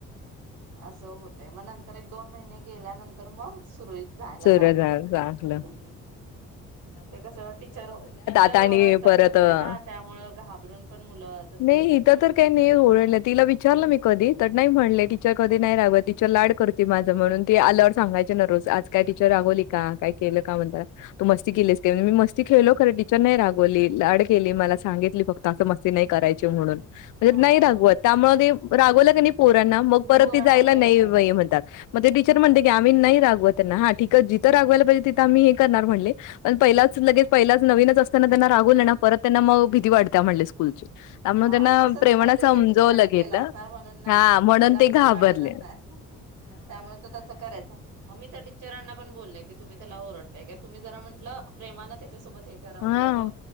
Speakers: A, on the right; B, on the left.
A: असं होतय मग नंतर एक दोन महिने गेल्यानंतर मग सुरळीत जायला
B: चर
A: लागला.
B: झागलं
A: हम्म. ते कस टीच टीचर
B: आता
A: ओरडतात
B: आणि परत
A: वगैरे ना त्यामुळ घाबरून पण मुलं तसं
B: नाही
A: हे करतात.
B: इथं तर काही नाही ओरडलं तिला विचारलं मी कधी तर नाही म्हणले टीचर कधी नाही रागवात टीचर लाड करते माझं म्हणून ती आल्यावर सांगायची न रोज आज काय टीचर रागवली काय केलं का म्हणता तू मस्ती केलीस का म्हण मी मस्ती खेळलो खरं टीचर नाही रागवली लाड केली मला सांगितली फक्त असं मस्ती नाही करायची म्हणून म्हणजे
A: हा
B: नाही रागवत त्यामुळे ते रागवलं काी नाही पोरांना मग परत
A: पोरांना
B: ते जायला
A: हे
B: नाही
A: होतय.
B: म्हणतात मग ते टीचर म्हणते की आम्ही नाही रागवत हा ठीक जथं रागवायला पाहिजे तिथं आम्ही करणार म्हणले पण पहिलाच लगेच पहिलाच लगेच नवीनच असताना त्यांना राग परत त्यांना म भीती वाढत म्हण स्कूलची त्यामुळे
A: हा
B: त्यांना
A: तसच
B: प्रेमानं
A: काहीतरी
B: समजवलं
A: त्या टीचरांनी
B: गेलं
A: केलं असणार म्हणून ना
B: हा म्हणून
A: त्याला
B: ते
A: भीती
B: घाबरले.
A: वाटत असणार त्यामुळे त तसं करायच मग मी त्या टीचरांना पण बोललय की तुम्ही त्याला ओरड काय काय तुम्ही जरा म्हटलं प्रेमानं त्याच्यासोबत ते करा म्हणजे
B: हा
A: तो